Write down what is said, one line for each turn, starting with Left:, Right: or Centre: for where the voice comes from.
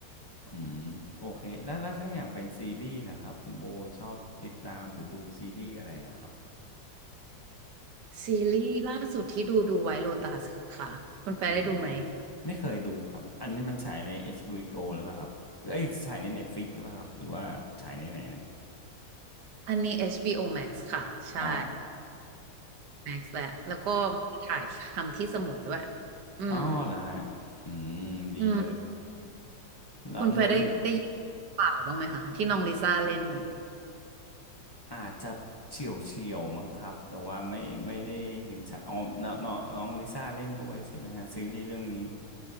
Left: อืมโอเคแล้วแล้วถ้าอย่างเป็นซีรีส์ล่ะครับคุณโบชอบติดตามหรือดูซีรีส์อะไรล่ะครับ
Right: ซีรีส์ล่าสุดที่ดูดูไว้โลตัสค่ะคุณแฟร์ได้ดูไหม
Left: อืมไม่เคยดูครับอันนี้มันฉายใน HBO หรือเปล่าครับเอ้ยฉายใน Netflix หรือเปล่าครับหรือว่าฉายในไหนนะ
Right: อันนี้ HBO Max ค่ะใช่
Left: อ๋อ
Right: แม็กซ์แหละแล้วก็ถ่ายททำที่สมุยด้วยอืม
Left: อ๋อเหรอฮะ อืม ดีเลย
Right: อืม
Left: แล้วเนื้อเรื่อง
Right: คุณไปได้ได้ยินเปล่าวบ้างไหมคะที่น้องลิซ่าเล่น
Left: อาจจะเฉียวเฉียวมั้งครับ แต่ว่าไม่ไม่ได้เห็นชัดอ๋อน้องน้องน้องลิซ่าเล่นด้วยใช่ไหมฮะซีรีส์เรื่องนี้